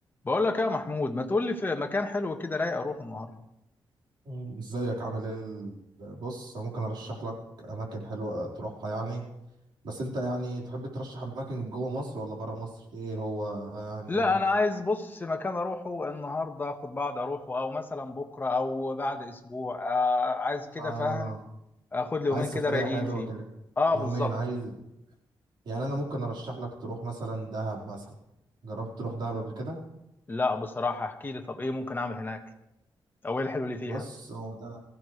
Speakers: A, on the left; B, on the right.
A: بقول لك يا محمود ما تقول لي في مكان حلو كده رايق اروح النهارده
B: مم. ازيك عامل ايه ال- بص انا ممكن ارشح لك اماكن حلوه تروحها يعني بس انت يعني تحب ترشح اماكن جوه مصر ولا بره مصر ايه هو يعني
A: لا انا عايز بص مكان اروحه النهارده اخد بعض اروحه او مثلا بكره او بعد اسبوع آه عايز كده
B: اه
A: فاهم اخد لي يومين
B: عايز سفريه
A: كده رايقين
B: حلوه
A: فيه
B: كده
A: اه
B: يومين
A: بالظبط
B: عايز يعني انا ممكن ارشح لك تروح مثلا دهب مثلا جربت تروح دهب قبل كده
A: لا بصراحه احكي لي طب ايه ممكن اعمل هناك او ايه الحلو اللي فيها
B: بص هو ده